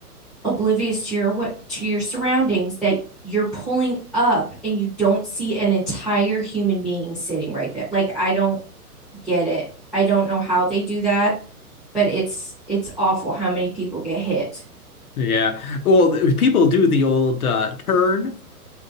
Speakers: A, in the centre; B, on the left.
A: oblivious to your to your surroundings that you're pulling up and you don't see an entire human being sitting right there. Like I don't get it. I don't know how they do that, but it's it's awful how many people get hit.
B: Yeah. Well, people do the old uh, turn